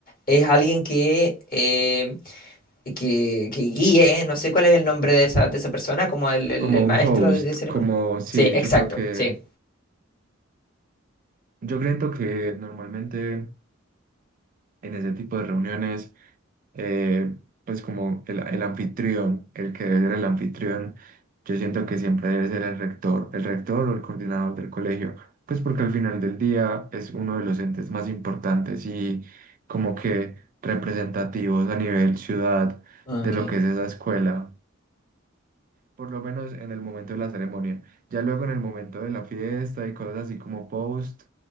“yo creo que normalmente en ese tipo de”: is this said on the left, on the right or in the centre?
Right